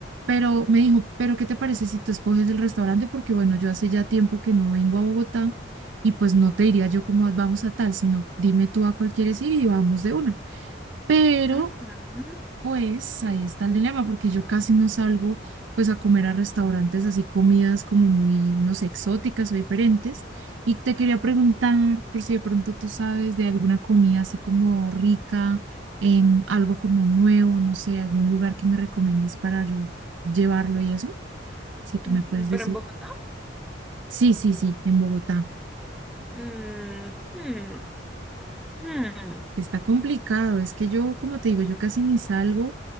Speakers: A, on the right; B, in the centre.
A: Pero me dijo, pero ¿qué te parece si tú escoges el restaurante? Porque bueno, yo hace ya tiempo que no vengo a Bogotá y pues no te diría yo como vamos a tal, sino dime tú a cuál quieres ir y vamos de una. Pero
B: Ujú.
A: pues ahí está el dilema, porque yo casi no salgo pues a comer a restaurantes así comidas como muy, no sé, exóticas o diferentes. Y te quería preguntar por si de pronto tú sabes de alguna comida así como rica, em, algo como nuevo, no sé, algún lugar que me recomiendes para yo llevarlo y eso, si tú
B: Mm,
A: me puedes decir.
B: Pero en Bogotá.
A: Sí, sí, sí, en Bogotá.
B: Mm, hmm, hmm.
A: Está complicado, es que yo, como te digo, yo casi ni salgo.